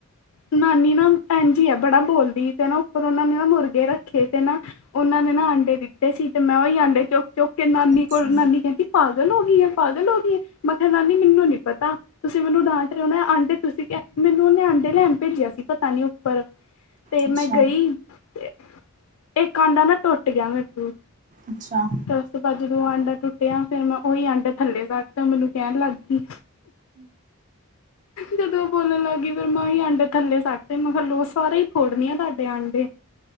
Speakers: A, on the left (about 70°); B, on the right (about 35°).
A: ਨਾਨੀ ਨਾ ਇਜੀ ਹੈ ਬੜਾ ਬੋਲਦੀ ਤੇ ਨਾ ਉੱਪਰ ਉਹਨਾਂ ਨੇ ਨਾ ਮੁਰਗੇ ਰੱਖੇ ਤੇ ਨਾ ਉਹਨਾਂ ਨੇ ਨਾ ਆਂਡੇ ਦਿੱਤੇ ਸੀ ਤੇ ਮੈਂ ਉਹੀ ਆਂਡੇ ਚੁਕ ਕੇ ਚੁਕਕੇ ਨਾਨੀ
B: ਅੱਛਾ
A: ਕੋਲ ਨਾਨੀ ਕਹਿੰਦੀ ਪਾਗਲ ਹੋ ਗਈ ਹੈ ਪਾਗਲ ਹੋ ਗਈ ਹੈ ਮੈਂ ਕਿਹਾ ਨਾਨੀ ਮੈਨੂੰ ਨੀ ਪਤਾ। ਤੁਸੀਂ ਮੈਨੂੰ ਡਾਂਟ ਰਹੇ ਹੋ ਨਾ ਆਂਡੇ ਤੁਸੀਂ ਮੈਨੂੰ ਉਹਨੇ ਆਂਡੇ ਲੈਣ ਭੇਜਿਆ ਸੀ ਪਤਾ ਨੀ ਉੱਪਰ। ਤੇ
B: ਅੱਛਾ
A: ਮੈਂ ਗਈ ਤੇ ਇਹ ਅੰਡਾ ਨਾ ਟੁੱਟ ਗਿਆ ਮੇਰੇ ਤੋ
B: ਅੱਛਾ।
A: ਉਸ ਤੋਂ ਬਾਅਦ ਜਦੋਂ ਆਂਡਾ ਟੁੱਟਿਆ ਫੇਿਰ ਮੈਂ ਉਹੀ ਆਂਡੇ ਥੱਲੇ ਕਰਤੇ ਤੇ ਮੈਨੂੰ ਕਹਿਣ ਲੱਗ ਗਈ। ਜਦੋਂ ਉਹ ਬੋਲਣ ਲੱਗ ਗ ਫਿਰ ਮੈਂਸੀ ਆਂਡੇ ਥੱਲੇ ਸੱਟ ਤੇ ਮੈਂ ਕਿਹਾ ਲੋ ਸਾਰੇ ਹੀ ਫੋੜਨ ਆ ਤੁਹਾਡੇ ਆਂਡੇ।